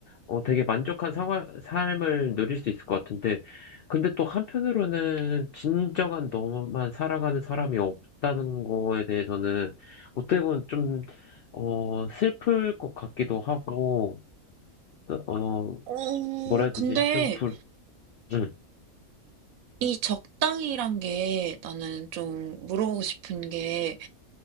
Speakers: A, on the left (about 75°); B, on the right (about 75°).
A: 어, 되게 만족한 생활, 삶을 누릴 수 있을 것 같은데, 근데 또 한편으로는 진정한 너만 살아가는 사람이 없다는 거에 대해서는 어떻게 보면 좀, 어, 슬플 것 같기도 하고, 어,
B: 어
A: 뭐라 해야 되지?
B: 근데
A: 좀 불, 음.
B: 이 적당이란 게 나는 좀 물어보고 싶은 게